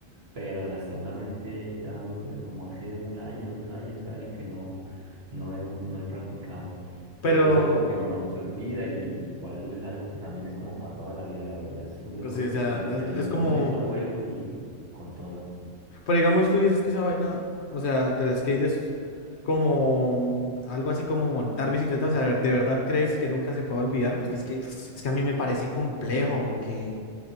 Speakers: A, on the right; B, on the left.
A: pero lastimosamente ya eh, como hace un año, dos años casi que no, no he, no he practicado.
B: Pero,
A: Pero es algo que no, no se olvida y, y igual es algo que también es como para toda la vida, la verdad. Es un deporte
B: pues sí o sea,
A: que,
B: es,
A: que en algún
B: es como,
A: momento vuelvo y con toda.
B: pero digamos, tú dices que esa vaina, o sea, el skate es como mm, algo así como montar bicicleta, o sea, ¿de verdad crees que nunca se puede olvidar? Porque es que, es que a mí me parece complejo, porque,